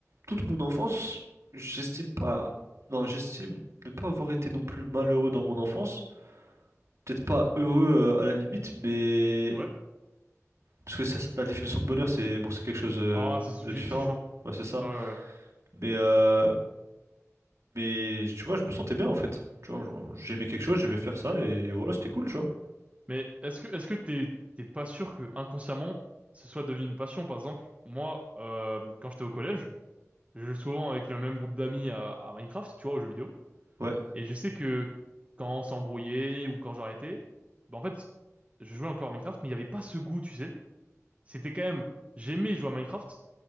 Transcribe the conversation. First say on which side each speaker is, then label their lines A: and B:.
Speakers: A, on the right (about 65°); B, on the right (about 25°).
A: toute mon enfance, j'estime pas, non j'estime ne pas avoir été non plus malheureux dans mon enfance. Peut-être pas heureux euh, à la limite, mais
B: Ouais.
A: parce que ça, c'est- la définition de bonheur c'est bon c'est quelque chose euh,
B: Ah, c'est subjectif,
A: de différent.
B: hein.
A: Ouais c'est ça.
B: Ouais, ouais. ouais.
A: Mais euh, mais tu vois, je me sentais bien en fait. Tu vois, j'aimais quelque chose, j'aimais faire ça et voilà c'était cool tu vois.
B: Mais est-ce que est-ce que t'es t'es pas sûr que inconsciemment ce soit devenu une passion, par exemple? Moi, euh, quand j'étais au collège. Je joue souvent avec le même groupe d'amis à, à Minecraft, tu vois, aux jeux vidéo.
A: Ouais.
B: Et je sais que quand on s'embrouillait ou quand j'arrêtais, bah en fait, je jouais encore à Minecraft, mais il n'y avait pas ce goût, tu sais. C'était quand même, j'aimais jouer à Minecraft,